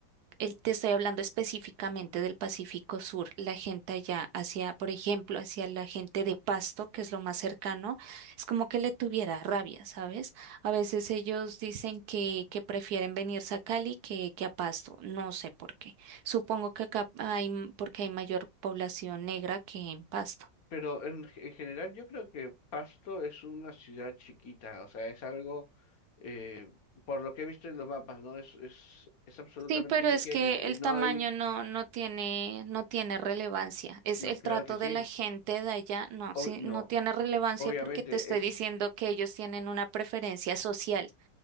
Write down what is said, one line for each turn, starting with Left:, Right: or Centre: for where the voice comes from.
Right: el- te estoy hablando específicamente del Pacífico Sur, la gente allá hacia, por ejemplo, hacia la gente de Pasto, que es lo más cercano, es como que le tuviera rabia, ¿sabes? A veces ellos dicen que, que prefieren venirse a Cali que, que a Pasto, no sé por qué. Supongo que acá hay, m- porque hay mayor población negra que en Pasto.
Left: Pero en, en general yo creo que Pasto es una ciudad chiquita, o sea, es algo, eh, por lo que he visto en los mapas, ¿no? Es, es, es absolutamente
Right: Sí, pero
Left: pequeño
Right: es que
Left: y
Right: el
Left: no
Right: tamaño
Left: hay,
Right: no, no tiene, no tiene relevancia. Es
Left: no,
Right: el
Left: claro
Right: trato
Left: que sí,
Right: de la gente de allá, no,
Left: ob-
Right: sí,
Left: no,
Right: no tiene relevancia
Left: obviamente
Right: porque te estoy
Left: es,
Right: diciendo que ellos tienen una preferencia social.